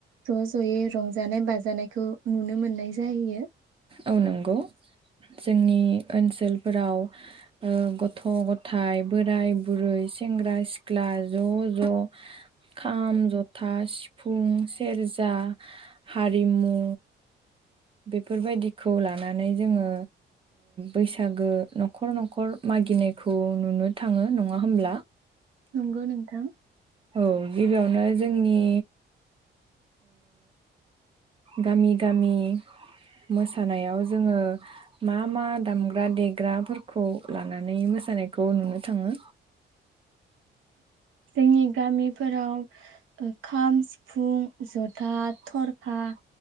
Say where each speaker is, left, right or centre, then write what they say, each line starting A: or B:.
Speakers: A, on the right; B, on the right.
A: ज' ज'यै रंजानाय बाजानायखौ नुनो मोननाय जाहयो।
B: औ नंगौ जोंनि ओनसोलफोराव ओ गथ' गथायाइ बोराय बुरै सेंग्रा सिख्ला ज' ज' खाम जथा सिफुं सेरजा हारिमु बेफोरबायदिखौ लानानै जोङो बैसागो न'खर न'खर मागिनायखौ नुनो थाङो नङा होमब्ला।
A: नंगौ नोंथां
B: औ गिबियावनो जोंनि गामि गामि मोसानायाव जोङो मा मा दामग्रा देग्राफोरखौ लानानै मोसानायखौ नुनो थाङो।
A: जोंनि गामि फोराव खाम, सिफुं, जथा, थरखा